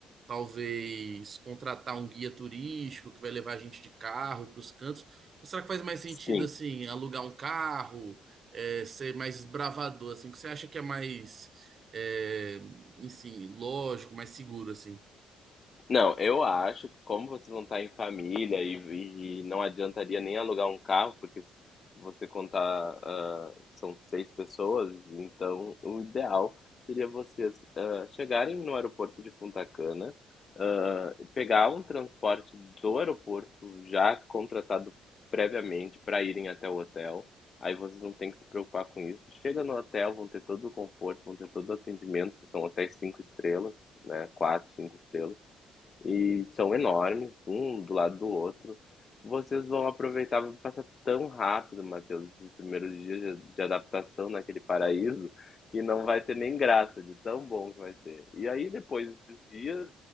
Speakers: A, on the right (about 45°); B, on the left (about 40°).
A: Talvez contratar um guia turístico que vai levar a gente de carro para os cantos? Ou será que faz mais sentido,
B: Sim,
A: assim, alugar um carro, é, ser mais desbravador, assim? O que você acha que é mais, é, enfim, lógico, mais seguro, assim?
B: Não, eu acho que como vocês vão estar em família e, e não adiantaria nem alugar um carro, porque se você contar, ah, são seis pessoas, então o ideal seria vocês ah, chegarem no aeroporto de Punta Cana, ah, pegar um transporte do aeroporto já contratado previamente para irem até o hotel. Aí vocês não têm que se preocupar com isso. Chega no hotel, vão ter todo o conforto, vão ter todo o atendimento. São hotéis cinco estrelas, né? Quatro, cinco estrelas e são enormes, um do lado do outro. Vocês vão aproveitar, vai passar tão rápido, Matheus, esses primeiros dias de, de adaptação naquele paraíso, que não vai ter nem graça de tão bom que vai ser. E aí, depois desses dias